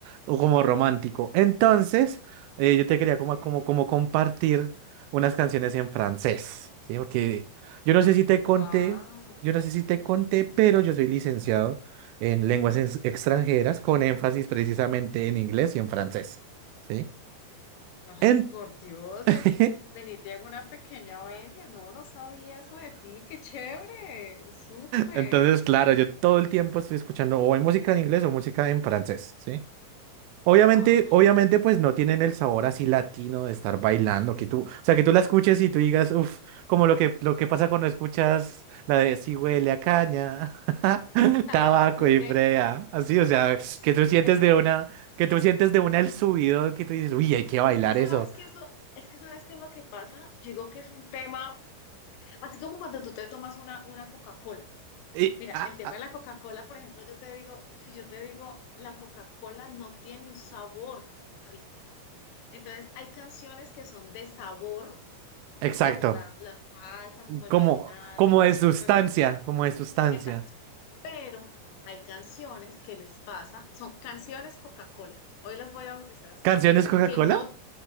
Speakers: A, on the right (about 85°); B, on the left (about 75°).
A: o como romántico. Entonces, eh, yo te quería como,
B: ¿Qué?
A: como, como compartir unas canciones en francés, ¿sí? Porque yo no sé si te conté.
B: Wow.
A: Yo no sé si te conté, pero yo soy licenciado en lenguas ex- extranjeras con énfasis precisamente en inglés y en francés. ¿Sí?
B: Ay,
A: En-
B: por Dios,
A: <laughs>
B: vení, vení, te hago una pequeña venia. No, no sabía eso de ti, qué chévere, súper.
A: Entonces, claro, yo todo el tiempo estoy escuchando o en música en inglés o música en francés, ¿sí? Obviamente,
B: Wow,
A: obviamente, pues no tienen el sabor así latino de estar bailando, que tú, o sea, que tú la escuches y tú digas, uff, como lo que, lo que pasa cuando escuchas la de si huele a caña, <laughs>
B: tabaco
A: tabaco
B: y
A: y frea, así, o sea,
B: usted
A: que tú
B: está
A: sientes
B: en
A: de
B: Cali.
A: una, que tú sientes de una el subido, que tú dices, uy, hay que bailar
B: Es que sabes
A: eso.
B: qué es lo, es que sabes qué es lo que pasa. Yo Digo que es un tema, así como cuando tú te tomas una, una Coca-Cola.
A: Y,
B: Mira,
A: ah,
B: el tema
A: ah,
B: de la Coca-Cola, por ejemplo, yo te digo, si yo te digo, la Coca-Cola no tiene un sabor rico. Entonces, hay canciones que son de sabor,
A: exacto,
B: como la, la salsa, como el
A: como,
B: vallenato,
A: como
B: como
A: de
B: ese
A: sustancia,
B: tipo de cosas.
A: como de sustancia.
B: Exacto. Pero hay canciones que les pasa, son canciones Coca-Cola. Hoy las voy a bautizar así
A: ¿Canciones Coca-Cola?
B: que no,